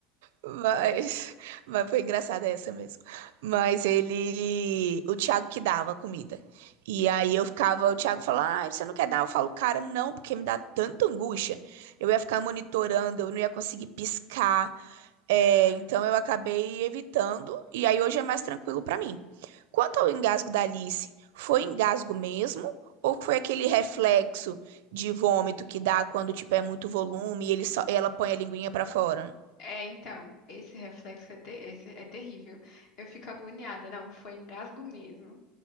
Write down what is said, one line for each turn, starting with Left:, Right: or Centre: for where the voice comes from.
Right: Mas, mas foi engraçada essa mesmo. Mas ele, o Thiago que dava a comida. E
Left: Uhum.
Right: aí eu ficava, o Thiago falava, ah, você não quer dar? Eu falo, cara, não, porque me dá tanta angústia. Eu ia ficar monitorando, eu não ia conseguir piscar. É,
Left: Aham.
Right: então eu acabei evitando. E aí hoje é mais tranquilo pra mim. Quanto ao engasgo da Alice, foi engasgo mesmo? Ou foi aquele reflexo de vômito que dá quando, tipo, é muito volume e ele só, ela põe a linguinha pra fora?
Left: É, então, esse reflexo é, te- esse é terrível. Eu fico agoniada. Não, foi engasgo mesmo.